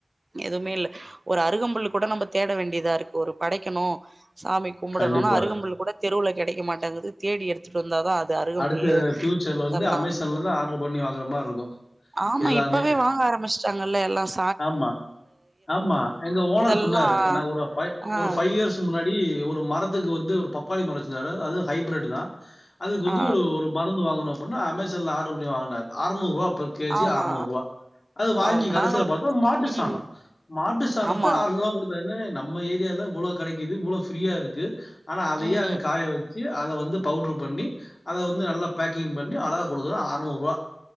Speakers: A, on the right (about 40°); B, on the left (about 75°).
A: எதுவுமே இல்ல ஒரு அருகம்புல் கூட நம்ம தேட வேண்டியதா இருக்கு ஒரு படைக்கணும் சாமி கும்பிடனுன்னா
B: கண்டிப்பா.
A: அருகம்புல் கூட தெருவுல கெடைக்க மாட்டங்குது தேடி எடுத்துட்டு வந்தா தான் அது அருகம்புல்லு
B: அடுத்த ஃபியூச்சர்ல
A: இதெல்லா
B: வந்து அமேசான்லதா ஆர்டரு பண்ணி வாங்குற மாரி இருக்கும்
A: ஆமா
B: எல்லாமே.
A: இப்பவே வாங்க ஆரம்பிச்சுட்டாங்கல்ல எல்லாம்
B: ஆமா ஆமா எங்க ஓனர்
A: இதெல்லா
B: சொன்னாரு ஒரு பைய
A: ஆ
B: ஒரு ஃபைவ் இயர்ஸ் க்கு முன்னாடி ஒரு மரத்துக்கு வந்து ஒரு பப்பாளி மரம் வச்சிருந்தாரு அது ஹைப்ரெட் தான் அதுக்கு வந்து
A: ஆ
B: ஒரு மருந்து வாங்கணும் அப்டினா அமேசான்ல ஆர்டர் பண்ணி வாங்குனாரு அறநூறு ரூபா கேஜி
A: ஆமா
B: அறநூறு ரூவா அது வாங்கி
A: பாருங்க
B: கடைசில
A: நாங்களு
B: பாத்தா மாட்டு
A: ம்
B: சாணம் மாட்டு சாணத்த
A: ஆமா
B: அறநூறு குடுத்தா என்ன நம்ம ஏரியால அவ்வளோ கெடைக்குது இவ்ளோ ஃபிரீயா இருக்கு ஆனா அதையே
A: ம்
B: அவ காய வச் சி அத வந்து பவுடர் பண்ணி அத வந்து நல்லா பேக்கிங் பண்ணி அழகா குடுக்குறா அறநூறு ரூவா